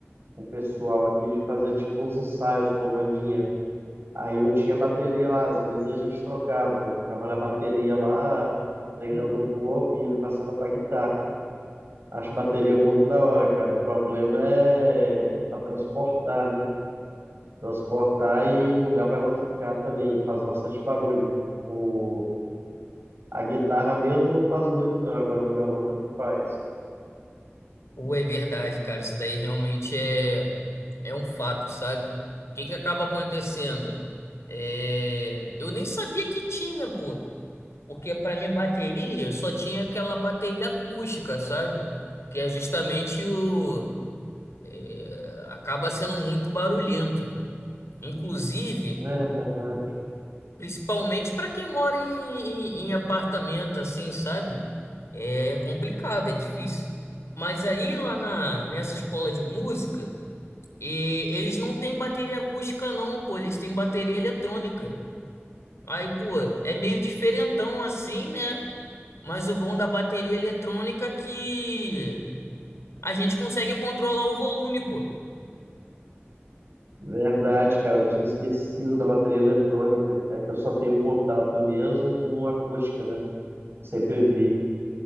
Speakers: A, on the right; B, on the left.
A: com o pessoal aqui de fazer tipo uns ensaios com a bandinha. Aí um tinha bateria lá, às vezes a gente trocava. Eu ficava na bateria lá, treinando um pouco e ele passava pra guitarra. Acho bateria muito da hora, cara. O problema é para transportar, né? Transportar e um lugar para ela ficar também. Faz bastante barulho. O... A guitarra mesmo não faz muito, não. Agora o violão também faz.
B: Ou é verdade, cara, isso daí realmente é, é um fato, sabe? O que que acaba acontecendo? É, eu nem sabia que tinha, pô. Porque pra mim bateria, eu só tinha aquela bateria acústica, sabe? Que é justamente o... é, acaba sendo muito barulhento. Inclusive...
A: Verdade,
B: Principalmente para quem mora em, em, em apartamento, assim, sabe? É é complicado, é difícil. Mas aí lá na, nessa escola de música, e- eles não têm bateria acústica, não, pô, eles têm bateria eletrônica. Aí, pô, é meio diferentão assim, né? Mas o bom da bateria eletrônica é que a gente consegue controlar o volume, pô.
A: verdade, cara. Eu tinha esquecido da bateria eletrônica. É que eu só tenho contato mesmo com acústica, né? Sempre vi.